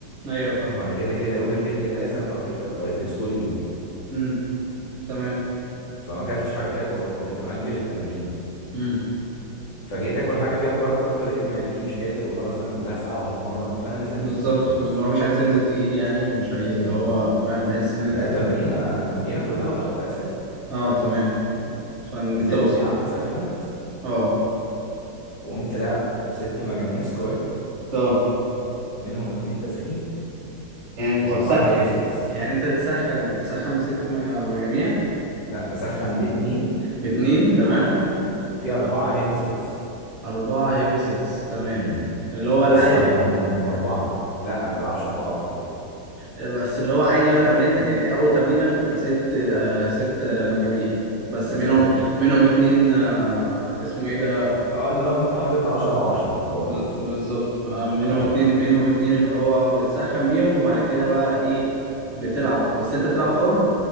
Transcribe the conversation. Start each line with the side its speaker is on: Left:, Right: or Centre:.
Right: ايوه فاهم
Left: وأنا كده كده يوم الرجل ده لازم أبقى واكل كربوهيدرات طول اليوم
Right: امم تمام
Left: فما اكلتش حاجه فيها كارب فقمت مأجل التمرينه
Right: امم
Left: فجيت اكل حاجه فيها كارب برضو لقيت معدتي مش قادر وخلاص ده انا كلها ساعه وهتمرن فانا نازل
Right: بالظبط
Left: مش واكل كويس
Right: اللي هو مش عايز تنزل تقيل يعني ومش عايز اللي
Left: امم
Right: هو فاهم بحيث ان انت
Left: هي
Right: ت...
Left: تمرينه تمرينه كلها ضغط اساسا
Right: اه تمام فانت
Left: نزلت
Right: وص...
Left: يا عم سخنت
Right: اه
Left: وقمت لعب ست مجاميع سكوات
Right: اه
Left: منهم اتنين تسخين
Right: يعني انت
Left: واربعه
Right: بتسخن
Left: هيفي سيتس
Right: يعني انت بتسخن بتسخن بست مجا- مجاميع
Left: لا بسخن باتنين
Right: باتنين تمام
Left: وفي اربعه
Right: اه
Left: هيفي سيتس
Right: اربعة هيفي سيتس تمام
Left: امم
Right: اللي هو
Left: بس
Right: العادي
Left: أرب... هم هم
Right: آه،
Left: اربعه لا انا بلعبش اربعات في كله
Right: بس اللي هو عادي بقى تمرينتك يعني دي اول تمرينة بتبقى ست آه ست آه، مجاميع بس
Left: بالظبط
Right: منهم
Left: كده
Right: منهم اتنين آه اسمه ايه ده
Left: اه لا انت حاطط 10 و10 في البار
Right: ب-
Left: مثلا
Right: بالظبط آه، منهم
Left: اه
Right: اتنين منهم اتنين اللي هو بتسخن بيهم وبعد كده بقى ايه بتلعب بس انت بتلعب حر